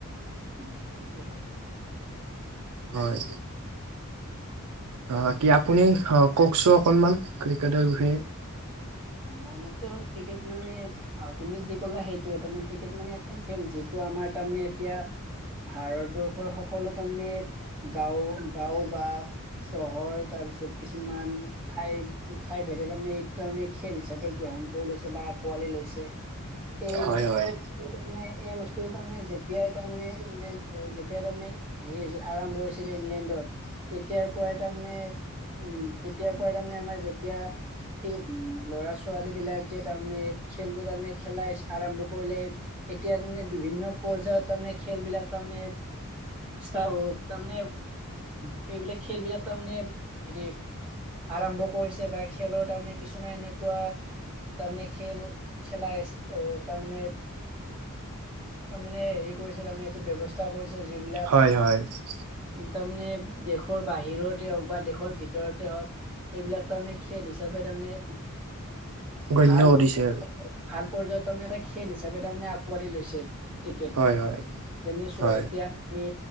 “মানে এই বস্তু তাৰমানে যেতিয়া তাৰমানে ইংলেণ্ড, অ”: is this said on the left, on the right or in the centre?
Centre